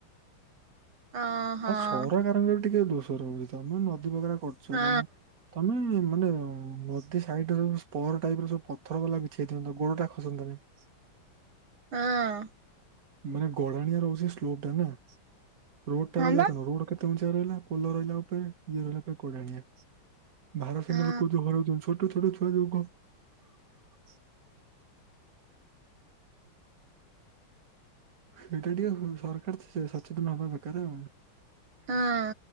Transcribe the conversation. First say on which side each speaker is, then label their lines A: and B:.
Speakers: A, on the right (about 80°); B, on the right (about 45°).
A: ହଁ ହଁ।
B: ହା ସରକାରଙ୍କର ବି ଟିକେ ଦୋଷ ରହୁଛି ତମେ ନଦୀ ବଗା କରୁଛ
A: ହଁ
B: ମାନେ ତମେ ନ ମାନେ-ଏ-ଏ ନଦୀ ସାଇଡ୍ ରେ ସବୁ ସ୍ପଟ ଟାଇପ ର ସବୁ ପଥର ବାଲା ବିଛେଇ ଥାନ୍ତି ଗୋଡ ଟା ଖସତା ନାହିି ।
A: ହଁ।
B: ମାନେ ଗଡ଼ାଣିଆ ରହୁଛି ସ୍ଲୋପ ଟା ନା । ରୋଡଟା
A: ହଁ
B: ରହିଲା
A: ବା
B: କଣ ରୋଡ କେ ଉଞ୍ଚା ରହିଲା ପୋଲ ରହିଲା ଉପରେ ଇଏ ରହିଲା ପୁରା ଗଡାଣିଆ । ଭାର
A: ହଁ
B: ସମୟରେ କହୁଛି ଘର ଚେଞ୍ଜ କର। ଛୋଟ ଛୁଆ ଯୋଉ କଣ <unintelligible> ସେଇଟା ଟିକେ ଅ-ଅ-ଅ ସରକାର ତ ସ ସଚେତନ ହବା ଦରକାର ଆଉ।
A: ହଁ।